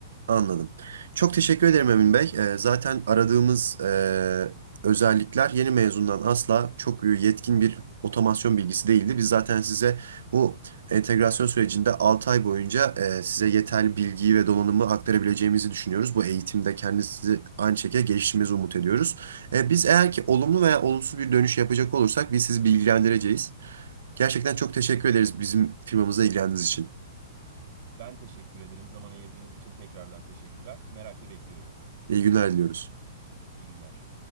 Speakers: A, on the right; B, on the right.
A: Anladım. Çok teşekkür ederim Emin Bey. E, zaten aradığımız e, özellikler yeni mezundan asla çok yetkin bir otomasyon bilgisi değildi. Biz zaten size bu entegrasyon sürecinde 6 ay boyunca e, size yeterli bilgiyi ve donanımı aktarabileceğimizi düşünüyoruz. Bu eğitimde kendinizi aynı şekilde geliştirmenizi umut ediyoruz. E, biz eğer ki olumlu veya olumsuz bir dönüş yapacak olursak biz sizi bilgilendireceğiz. Gerçekten çok teşekkür ederiz bizim firmamıza ilgilendiğiniz için.
B: Ben teşekkür ederim. Zaman ayırdığınız için tekrardan teşekkürler. Merakla bekliyorum.
A: İyi günler diliyoruz.
B: İyi günler.